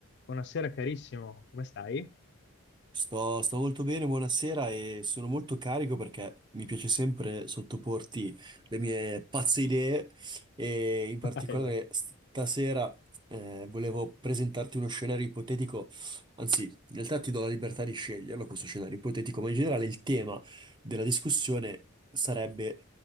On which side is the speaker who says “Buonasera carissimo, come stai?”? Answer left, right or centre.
Left